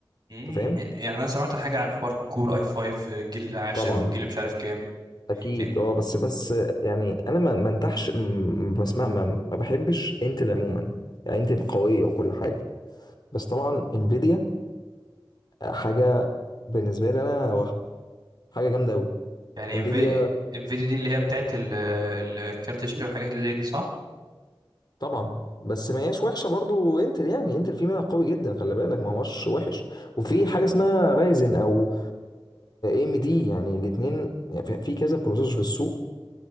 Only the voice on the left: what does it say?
انت فاهم
طبعا
اكيد
اه بس بس يعني انا ما ما انتحش م- بسمع ما, ما بحبش انتل عموما يعني انتل قويه وكل حاجه بس طبعا انفيديا حاجه بالنسبه لي انا وهم حاجه جامده قوي
انفيديا
طبعا بس ما هياش وحشه برضو انتل يعني انتل في منها قوي جدا خلي بالك ما هوش وحش وفي
حاجه اسمها رايزن او ام دي يعني الاثنين يعني في في كذا بروسيسور في السوق